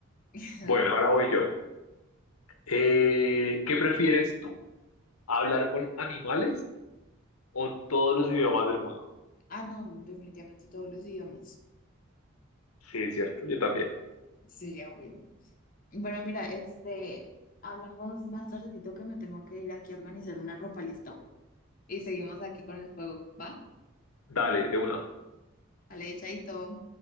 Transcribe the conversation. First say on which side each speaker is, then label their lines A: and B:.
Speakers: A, on the left; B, on the left.
A: <laughs>
B: Bueno, ahora voy yo. Eh, ¿qué prefieres tú? ¿Hablar con animales o todos los idiomas del mundo?
A: Ah, no, definitivamente todos los idiomas.
B: Sí, es cierto, yo también.
A: Sí, ya obvio. Bueno, mira, este, hablamos más tardecito que me tengo que ir aquí a organizar una ropa, ¿listo? Y seguimos aquí con el juego, ¿va?
B: Dale, de una.
A: Vale, chaito.